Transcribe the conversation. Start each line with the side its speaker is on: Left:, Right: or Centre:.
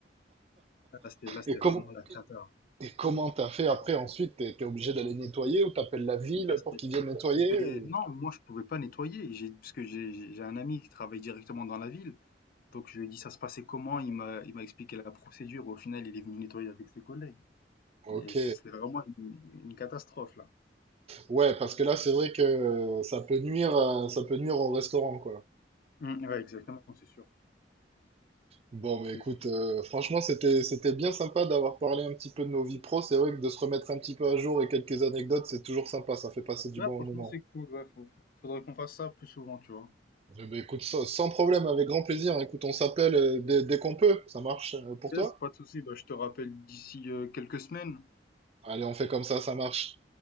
Left: Là, c'était, là, c'était
Right: Et, com-
Left: vraiment la cata.
Right: et comment t'as fait après ensuite? T'es t'es obligé d'aller nettoyer ou t'appelles la ville
Left: La sté
Right: pour qu'ils viennent nettoyer
Left: beh,
Right: ou...
Left: non, moi je pouvais pas nettoyer, j'ai parce que j'ai j'ai j'ai un ami qui travaille directement dans la ville, donc je lui ai dit ça se passait comment, il m'a il m'a expliqué la procédure, au final il est venu nettoyer avec ses collègues.
Right: Ok,
Left: Mais c'est vraiment une une catastrophe là.
Right: ouais, parce que là c'est vrai que ça peut nuire, à- ça peut nuire au restaurant quoi.
Left: Mmh, ouais, exactement, c'est sûr,
Right: Bon, bah écoute,
Left: c'est sûr.
Right: euh, franchement, c'était c'était bien sympa d'avoir parlé un petit peu de nos vies pro. C'est vrai que de se remettre un petit peu à jour et quelques anecdotes, c'est toujours sympa. Ça fait passer du
Left: Ouais,
Right: bon
Left: franchement
Right: moment.
Left: c'est cool, ouais, faut faut faudrait qu'on fasse ça plus souvent, tu vois?
Right: Eh ben, écoute, sans sans problème, avec grand plaisir. Écoute, on s'appelle euh, dès, dès qu'on peut. Ça marche euh, pour toi?
Left: Yes, pas de souci, bah, je te rappelle d'ici, heu, quelques semaines.
Right: Allez, on fait comme ça, ça marche.